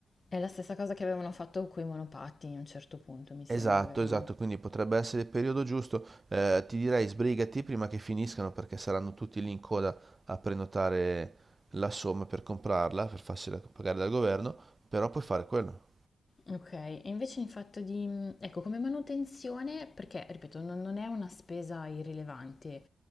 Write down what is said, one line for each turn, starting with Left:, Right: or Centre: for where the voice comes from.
Left: È la stessa cosa che avevano fatto con i monopatti a un certo punto, mi sembra,
Right: Esatto,
Left: vero?
Right: esatto, quindi potrebbe essere il periodo giusto. Eh, ti direi sbrigati prima che finiscano perché saranno tutti lì in coda a prenotare la somma per comprarla, per farsela pagare dal governo, però puoi fare quello.
Left: Ok, e invece in fatto di... Ecco, come manutenzione, perché, ripeto, non, non è una spesa irrilevante,